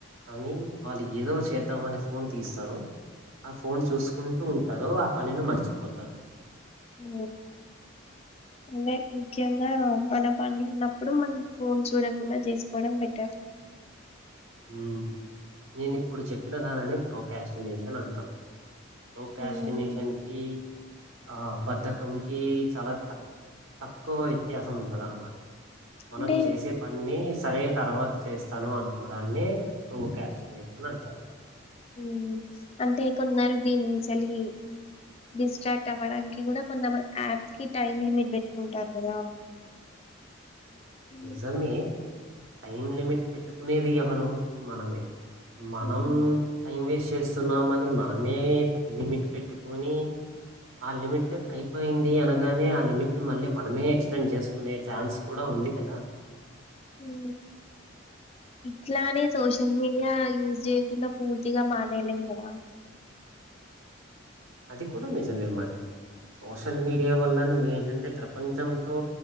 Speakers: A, on the right (about 80°); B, on the left (about 30°).
A: కానీ వాళ్ళు ఏదో చేద్దామని ఫోన్ తీస్తారు ఆ ఫోన్ చూసుకుంటూ ఉంటారు ఆ పనిని మర్చిపోతారు
B: ఉ అంటే ముఖ్యంగా మన పని ఉన్నప్పుడు మనం ఫోన్ చూడకుండా చేసుకోవడం బెటర్
A: ఉ నేను ఇప్పుడు చెప్పిన దానిని ప్రోకాస్టినేషన్ అంటాము ప్రొకాస్టినేషన్
B: ఉమ్
A: కి ఆ బద్ధకంకి చాలా తక్ తక్కువ వ్యత్యాసం ఉంటది అన్నమాట మనం
B: అంటే
A: చేసే పన్ని సరే తర్వాత చేస్తాను అనుకు కోడాన్ని ప్రొకాష్టినేషన్ అంటారు
B: ఉ అంటే కొందరు దినుంచాలి డిస్ట్రాక్ట్ అవ్వడానికి గూడ కొంతమంది యాప్స్ కి టైమ్ లిమిట్ పెట్టుకుంటారు గదా హ్మ్
A: నిజమే టైం లిమిట్ పెట్టుకునేది ఎవరు మనమే మనం
B: హ్మ్
A: టైం వేస్ట్ చేస్తున్నామని మనమే లిమిట్ పెట్టుకుని ఆ లిమిట్ అయిపోయింది అనగానే ఆ లిమిట్ ని మళ్ళీ మనమే ఎక్స్టెండ్ చేసుకునే ఛాన్స్ కూడా ఉంది ఎదా
B: ఉ ఇట్లానే సోషల్ మీడియా యూజ్ చేయకుండా పూర్తిగా మానేలేం గదా
A: అది కూడా నిజమే మరి సోషల్ మీడియా వల్ల నువ్వు ఏంటి అంటే ప్రపంచంతో